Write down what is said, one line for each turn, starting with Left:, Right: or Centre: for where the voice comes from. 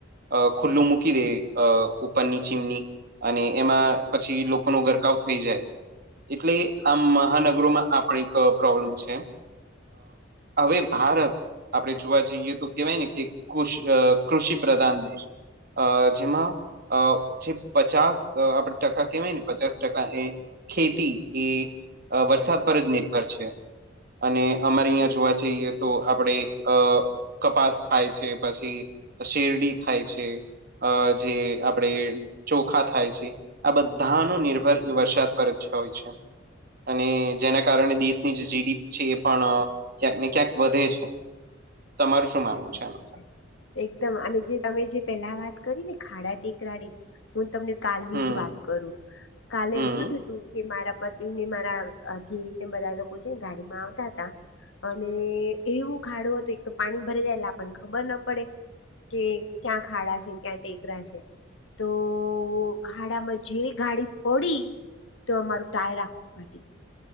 Right: અ ખુલ્લુ મુકીી દ અ ઉપર પની ચીમની અને એમાં પછી લોકો ન ગરકાવ થઈ જાય એટલે આ મહાનગરોમાં આપ એક પ્રોબ્લેમ છે અ હવે ભારત આપણે જોવા જઈએ તો કેવાય ને કે કૃષિ પ્રધાન દેશ અ જેમાં અ જે પચાસ આપડ ટકા કેવાય ને પચાસ ટકા એ ખેતી એ વરસાદ પર જ નિર્ભર છે અને અમારે અહીંયા જોવા જઈએ તો આપણે અ કપાસ થાય છે પછી શેરડી થાય છે અ જે આપણેે ચોખા થાય છે આ બધા ન નિર્ભર વરસાદ પર જ હોય છે અને જેના કારણે દેશની જે જીડીપી છે એ પણ ક્યાંક ને ક્યાંક વધે છે <inaudible>
Left: સાચી
Right: માનવું આનું
Left: વાત છે એકદમ અને જે તમે જે પેલા વાત કરી ને ખાડા ટેકરાની હું તમને કાલની
Right: હમ
Left: જ વાત કરું કાલે
Right: હમ
Left: શું થય તું કે મારા પતિ ને મારા જે ને બધા લોકો છે ને ગાડી માં આવતા હતા અને એવું ખાડું હતું એક તો પાણી ભરી જાય એટલા પણ ખબર ના પડે કે ક્યાં ખાડા છે ને ક્યાં ટેકરા છે તો ખાડામાં જે ગાડી પડી તો અમારું ટાય રાખવું ફટી